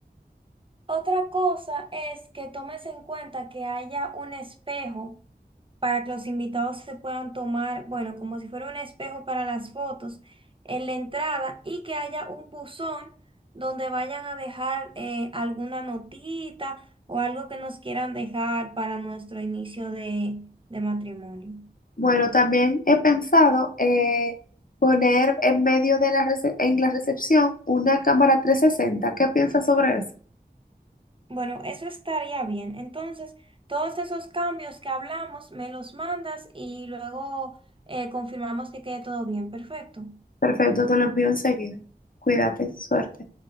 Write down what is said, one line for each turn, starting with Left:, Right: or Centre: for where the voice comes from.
Right: Otra cosa es que tomes en cuenta que haya un espejo para que los invitados se puedan tomar, bueno, como si fuera un espejo para las fotos en la entrada y que haya un buzón donde vayan a dejar eh, alguna notita o algo que nos quieran dejar para nuestro inicio de, de matrimonio.
Left: Bueno, también he pensado eh, poner en medio de la rece- en la recepción una cámara 360. ¿Qué piensas sobre eso?
Right: Bueno, eso estaría bien. Entonces, todos esos cambios que hablamos, me los mandas y luego eh, confirmamos que quede todo bien. Perfecto.
Left: Perfecto, te lo envío enseguida. Cuídate, suerte.